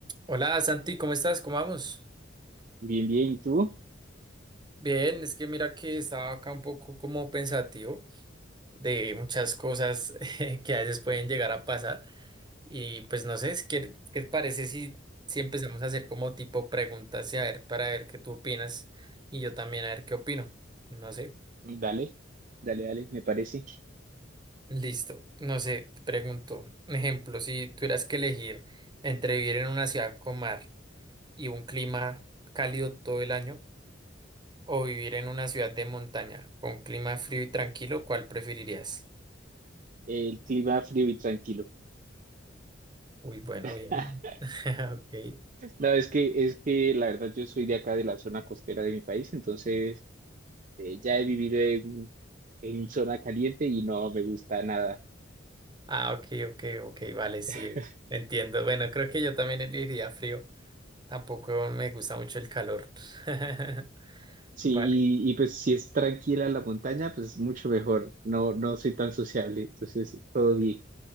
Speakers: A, on the right; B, on the right.
A: Hola Santi, ¿cómo estás? ¿Cómo vamos?
B: Bien, bien, ¿y tú?
A: Bien, es que mira que estaba acá un poco como pensativo de muchas cosas <laughs> que a veces pueden llegar a pasar y pues no sé, es que- ¿qué, te parece si, si empezamos a hacer como tipo preguntas y a ver para ver qué tú opinas y yo también a ver qué opino? No sé,
B: Dale, dale, dale, me parece.
A: listo, no sé, te pregunto, un ejemplo, si tuvieras que elegir entre vivir en una ciudad con mar y un clima cálido todo el año, o vivir en una ciudad de montaña con clima frío y tranquilo, ¿cuál preferirías?
B: El clima frío y tranquilo.
A: Uy, bueno,
B: <laughs>
A: bien. <laughs> Ok.
B: No, es que, es que la verdad yo soy de acá, de la zona costera de mi país, entonces eh, ya he vivido en, en zona caliente y no me gusta nada.
A: Ah, ok, ok, ok, vale, sí,
B: <laughs>
A: entiendo. Bueno, creo que yo también elegiría frío. Tampoco me gusta mucho el calor. <laughs>
B: Sí,
A: Vale.
B: y, y pues si es tranquila la montaña, pues mucho mejor. No, no soy tan sociable, entonces todo bien.